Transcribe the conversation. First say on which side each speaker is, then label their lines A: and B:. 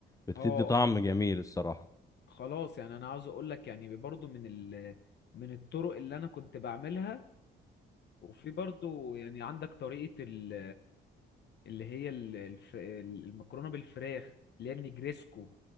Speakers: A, on the left; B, on the left.
A: بتدي
B: اه
A: طعم جميل الصراحة
B: خلاص يعني انا عاوز اقول لك يعني برضو من ال من الطرق اللي انا كنت بعملها وفي برضو يعني عندك طريقة ال اللي هي ال- الف المكرونة بالفراخ اللي هي النجريسكو